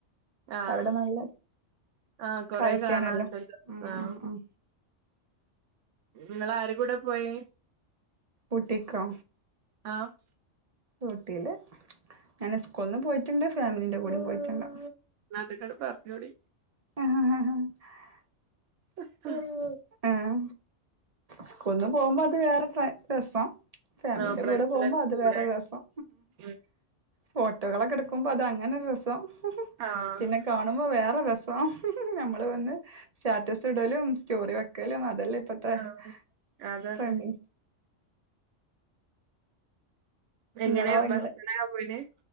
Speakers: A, on the right; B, on the right.
A: ആഹ്
B: അവിടെ നല്ല
A: ആഹ് കൊറെ
B: കാഴ്ചയാണല്ലോ
A: കാണാണ്ടല്ലോ
B: ഉം ഉം
A: ആഹ്
B: ഉം ഉം
A: ഇങ്ങളാരകൂടെപോയെ?
B: ഊട്ടീക്കോ
A: ആഹ്
B: ഊട്ടീല്. ഞാന് സ്കൂൾന്നും പോയിട്ട്ണ്ട് ഫാമിലീന്റെ കൂടെം പോയിട്ട്ണ്ട്.
A: ഇന്നതൊക്കെട് പറഞ്ഞോളി
B: <inaudible>
A: അഹാ
B: ഉം സ്കൂൾന്ന് പോവുമ്പോ അത് വേറെ ട്ട്ര രസം. ഫാമിന്റെ
A: ആഹ് ഫ്രണ്ട്സിലൊക്കെ
B: കൂടെ പോകുമ്പോ അത്
A: കൂടെ
B: വേറെ രസം.
A: ഉം
B: ഫോട്ടോകളൊക്കെ ഇട്ക്കുമ്പോ അത് അങ്ങനൊരു രസം
A: ആഹ്
B: പിന്നെ കാണുമ്പോ വേറെ രസം. ഇപ്പം നമ്മള് വന്ന് സാറ്റസ് ഇടലും സ്റ്റോറി വെക്കലും അതെല്ലേ ഇപ്പത്ത് ഇപ <unintelligible>
A: ആഹ് അതന്നെ
B: പണി
A: എങ്ങനെ
B: ബങ്ങളോ ഇങ്ങള്
A: ബസ്സിനാ പോയിനെ